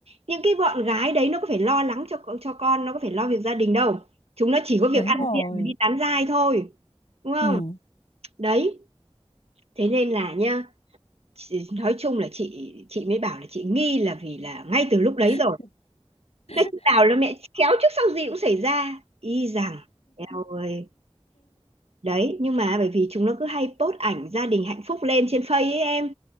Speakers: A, on the right; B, on the left.
A: những cái bọn gái đấy nó có phải lo lắng cho cho con nó có phải lo việc gia đình đâu chúng nó chỉ có việc
B: đúng
A: ăn
B: rồi
A: diện và đi tán giai thôi đúng không
B: ừ
A: đấy thế nên là nha chị- nói chung là chị chị mới bảo là chị nghi là vì là ngay từ lúc đấy
B: <laughs>
A: rồi nói chị bảo là mẹ khéo trước sau gì cũng xảy ra y rằng eo ơi đấy nhưng mà bởi vì chúng nó cứ hay post ảnh gia đình hạnh phúc lên trên Face ấy em